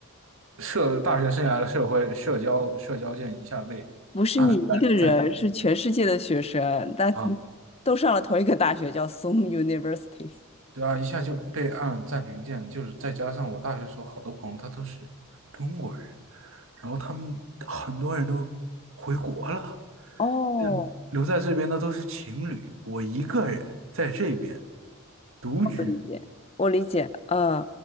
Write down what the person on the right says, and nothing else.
社大学生涯的社会社交社交键一下被
按了暂暂停
啊，
对啊，一下就被按了暂停键，就是再加上我大学时候好多朋友他都是中国人，然后他们很多人都回国了。
这留在这边的都是情侣，我一个人在这边独居，